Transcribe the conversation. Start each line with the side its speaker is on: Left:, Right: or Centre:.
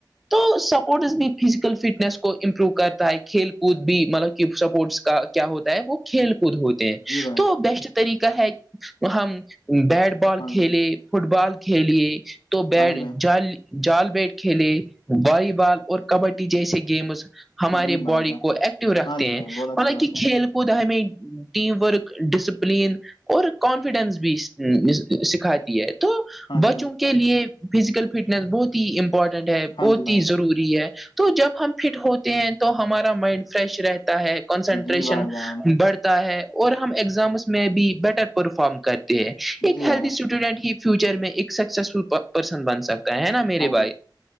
Centre: تو سپورٹس بھی فزیکل فٹنیس کو امپروو کرتا ہے کھیل کود بھی مطلب کہ سپورٹس کیا ہوتا ہے وہ کھیل کود ہوتی
Left: جی بھائی
Centre: تو بیسٹ طریقہ ہے ہم بیٹ بال
Left: ہاں
Centre: کھیلے
Left: جی بھائی
Centre: فٹ بال کھیلیے تو بیٹ
Left: ہاں جی بھائی
Centre: جال جال بیٹ کھیلے والی بال اور کبڈی جیسے گیمز ہمارے
Left: جی بھائی
Centre: باڈی
Left: جان
Centre: کو ایکٹیو رکھتے
Left: ہاں جی
Centre: ہیں
Left: بھائی بہت اچھی
Centre: مل
Left: بات
Centre: کہ
Left: ہے
Centre: کھیل کود ہمیں ٹیم ورک ڈسپلین اور کانفیڈینس بھی سکھاتی ہے تو
Left: ہاں
Centre: بچوں
Left: جی بھائی
Centre: کے لیے فزیکل فٹنس بہت ہی امپورٹنٹ ہے
Left: ہاں
Centre: بہت
Left: جی
Centre: ہی
Left: بھائی
Centre: ضروری ہے تو جب ہم فٹ ہوتے ہیں تو ہمارا مائنڈ فریش رہتا ہے کنسنٹریشن
Left: جی بھائی جان
Centre: بڑھتی ہے اور ہم ایگزامس میں بھی بیٹر پرفارم کرتے ہیں ایک
Left: جی
Centre: ہیلدی
Left: بھائی جان
Centre: اسٹوڈنٹ ہی فیوچر میں ایک سکسیسفل پرسن بن سکتا ہے نا میرے
Left: ہاں
Centre: بھائی
Left: جی